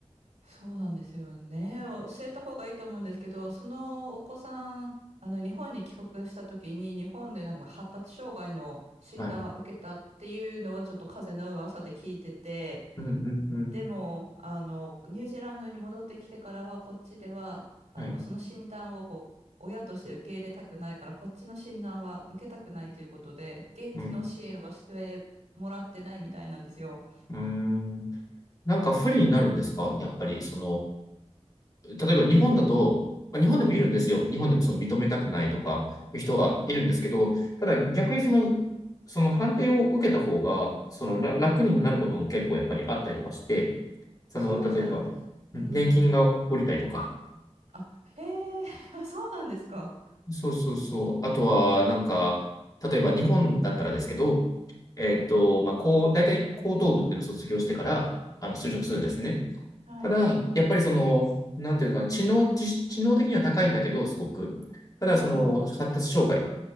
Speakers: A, on the right (about 75°); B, on the left (about 30°).
A: そうなんですよね。教えた方がいいと思うんですけど、そのお子さん、あの、日本に帰国した時に、日本でなんか発達障害の診断は受けたっていうのはちょっと風の噂で聞いてて、
B: はい。うんうんうん。
A: でも、あの、ニュージーランドに戻ってきてからは、こっちでは、あの、
B: はい。
A: その診断をこう、親として受け入れたくないから、こっちの診断は受けたくないということで、現地の支援はしてもらってないみたいなんですよ。
B: うん。うーん。なんか不利になるんですかやっぱり、その、例えば日本だと、まあ日本でもいるんですよ。
A: はい。
B: 日本でもその認めたくないとかいう人はいるんですけど、
A: うんうんうんうん。
B: ただ逆にその、その判定を受けた方が、そのら楽になることも結構やっぱりあったりとかして、その、
A: そうですよね、
B: 例えば、
A: 私。
B: 年金が下りたりとか、
A: うんうん。あ、へえ、<laughs> あそうなんですか。
B: そうそうそう。あとは、なんか、例えば日本だったらですけど、えっと、
A: はい。
B: まあ、こう、大体高等部っていうのを卒業してから、あの、就職するんですね。
A: うんうん。はい。
B: ただ、やっぱりその、なんていうか知能、知、知能的には高いんだけど、すごく。ただ、
A: うんうん。
B: その、発達障害、